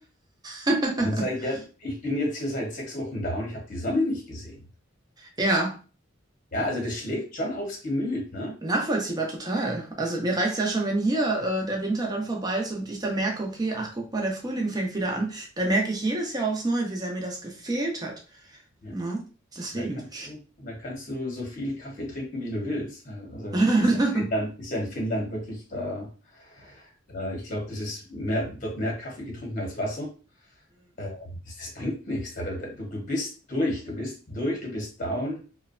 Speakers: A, on the right (about 20°); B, on the left (about 40°).
A: <laughs>
B: Und dann sage ich, ja, ich bin jetzt hier seit sechs Wochen da und ich habe die Sonne nicht gesehen.
A: Ja,
B: Ja, also das schlägt schon aufs Gemüt, ne?
A: nachvollziehbar total. Also mir reicht es ja schon, wenn hier äh, der Winter dann vorbei ist und ich dann merke, okay, ach guck mal, der Frühling fängt wieder an. Da merke ich jedes Jahr aufs Neue, wie sehr mir das gefehlt hat.
B: Ja.
A: Ne?
B: Und
A: Deswegen.
B: dann kannst du, und dann kannst du so viel Kaffee trinken, wie du willst. Äh, Also
A: <laughs> mm,
B: es ist ja in Finnland, ist ja in Finnland wirklich da. Äh, ich glaube, das ist mehr, wird mehr Kaffee getrunken als Wasser. Äh, das, das bringt nichts. Da- da- Du, du bist durch, du bist durch, du bist down.